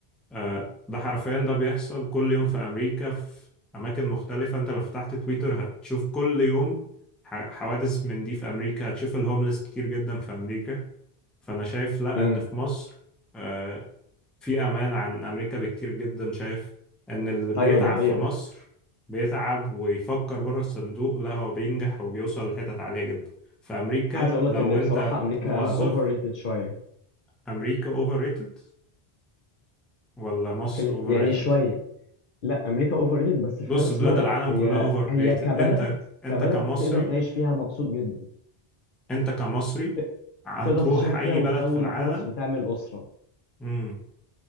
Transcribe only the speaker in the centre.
آه، ده حرفيا ده بيحصل كل يوم في أمريكا في أماكن مختلفة أنت لو فتحت تويتر هتشوف كل يوم ح- حوادث من دي في أمريكا هتشوف الهوملس كتير جدا في أمريكا فأنا شايف لأ
إن في مصر آه، في أمان عن أمريكا بكتير جدا شايف إن اللي بيتعب
في مصر بيتعب ويفكر بره الصندوق لأ هو بينجح وبيوصل لحتت عالية جدا في أمريكا
لو
أنت
موظف
أمريكا أوفر ريتد ولا مصر
أوفر
ريتد
بص
بلاد
العالم
كلها اوفر
ريتد
انت انت
كمصري
انت كمصري
هتروح
اي
بلد في العالم
امم